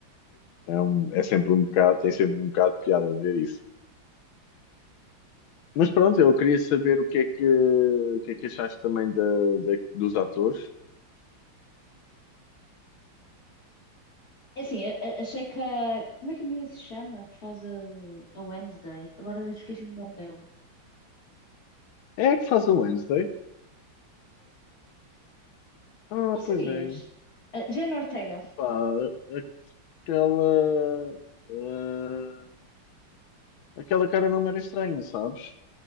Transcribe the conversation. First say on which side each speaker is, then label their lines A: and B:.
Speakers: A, on the left; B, on the left.
A: É, um, é sempre um bocado, tem sempre um bocado de piada ver isso. Mas pronto, eu queria saber o que é que, o que é que achaste também da, da- dos atores.
B: É Assim, a- a- achei que a. Como é que a miúda se chama? Que faz a, a Wednesday? Agora esqueci-me do nome dela.
A: É a que faz o Wednesday? Ah,
B: Não sabias?
A: pois é.
B: A Jenna Ortega.
A: Pá, aquela. ah, aquela cara não me era estranha, sabes?